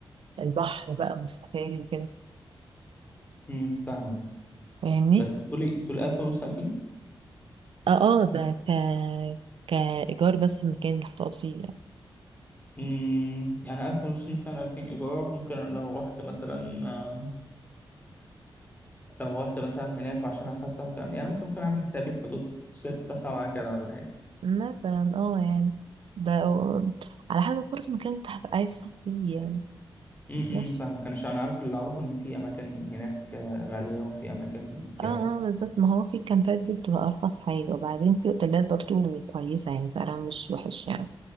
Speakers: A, on the right; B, on the left.
A: البحر بقى والسفاري وكده
B: مم. فاهمك
A: فاهمني
B: بس بتقولي بتقولي ألف ونص ألفين
A: اه اه ده ك كإيجار بس المكان اللي هتقعد فيه يعني.
B: مم. يعني ألف ونص مثلا ألفين إيجار ممكن لو رحت مثلا آه لو رحت مثلا هناك وعشان أتفسح وكده يعني مثلا ممكن أعمل حسابي في حدود ستة سبعة كده ولا حاجة
A: مثلا اه يعني ده آه، على حسب برضه المكان اللي هتبقى عايز تقعد فيه يعني
B: امم
A: بس
B: امم، فاهمك انا شو- انا عارف اللي اعرفه ان في اماكن هناك آه، غاليه وفي اماكن
A: اه
B: كده
A: اه بالظبط ما هو في الكامبات دي بتبقى أرخص حاجة وبعدين في أوتيلات برضه كويسة يعني سعرها مش وحش يعني